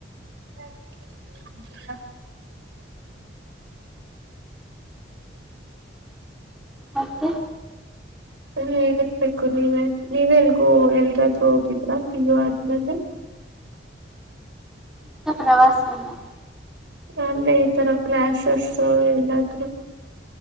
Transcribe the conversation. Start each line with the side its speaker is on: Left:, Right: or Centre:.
Right: ಅದ್ಕೆ ಎಲ್ಲೂ ಹೋಗಿಲ್ಲ.
Centre: ಮತ್ತೆ
Right: ಹ್ಮ ಹೇಳ್ಬೇಕು ನೀವೇ. ನೀವೆ ಎಲ್ಗೋ ಎಲ್ಗಾದ್ರು ಹೋಗಿದ್ರಾ ಪಿ ಯು ಆದ್ಮೇಲೆ.
Centre: ಇನ ಪ್ರವಾಸಾನ.
Right: ರಮ್ಮೆ ಈ ತರ ಕ್ಲಾಸಸ್ ಎಲ್ಲಾದ್ರು.